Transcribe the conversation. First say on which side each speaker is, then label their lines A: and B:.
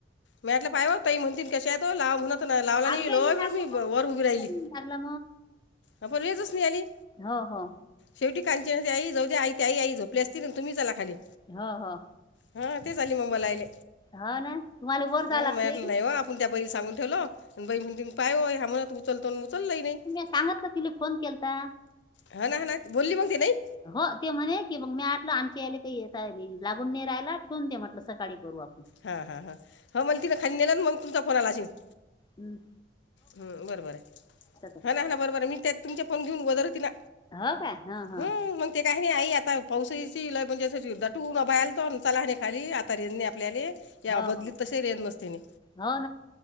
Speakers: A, on the left; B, on the left.
A: मॅटलं पाय त म्हणिन कशात लाव होण नाही लावला नाहीलो
B: आमचाही नाही लागला
A: वेळ मी
B: मग
A: वर उभी राहिली.
B: आमचाही नाही लागला
A: आपण वेतस नाही आली?
B: हा हा
A: शेवटी कांची आई जाऊ आ आई आई जाऊ प् असतील तुम्ही चला खाली.
B: हा हा
A: हा तेच आली मबाईलाहिले
B: हो ना तुम्हाला वर
A: हा
B: जावं लागते
A: म्हटलं
B: की
A: नाही हो <inaudible> आपण त्या बैल सगून ठेवो आणि बई म्हण त पाय होय ह्या म्हणूनत उचलतो उचलही नाही.
B: सांगत का तिला फोन केलता.
A: हाना हाना बोलली मगतेे न नाही.
B: हो ते म्हणे की मग मी आठलं आमच्या याले काही लागून नाही राहायला ठेवून दे म्हटलं सकाळी करू आपण
A: हां हां हां हो मला तिनं खाली नेला ना मग तुमचा फोन आला असेन.
B: हम्म.
A: हम बरोबर आहे
B: तर
A: हा ना हाना बरोबर आहे मी त्या तुमच्या फोन घेऊन गोदर होती ना,
B: हो काय हा हा
A: हं, मग ते काही नाही आई आता पावसाची म्हणजे दटू भल तो चला नाही खाली आता रेजणे आपल्याले या
B: हो
A: बदलीत
B: हो
A: तसे र येन मस्तीने
B: हो